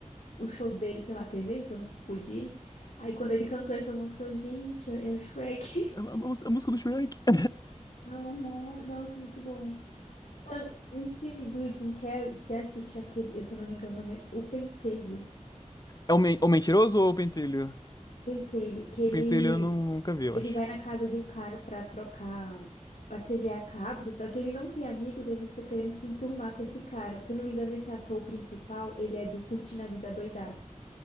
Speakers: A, on the left; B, on the left.
A: o show dele pela TV, que eu não pude ir. Aí quando ele cantou essa música, eu, gente, é, é o Shrek.
B: É A, mús- a música do Shrek. <laughs>
A: <laughs> Aham, Nossa, muito bom. Falando Em filme do Jim Carrey, já assistiu aquele, eu se eu não me engano, o nome é O Pentelho.
B: É o, men- o Mentiroso ou o Pentelho?
A: Pentelho, que ele
B: O Pentelho eu nu- nunca vi, eu
A: ele
B: acho.
A: vai na casa de um cara pra trocar a TV a cabo, só que ele não tem amigos, ele fica querendo se enturmar com esse cara. Se eu não me engano, esse ator principal, ele é do Curtindo a Vida Doidado.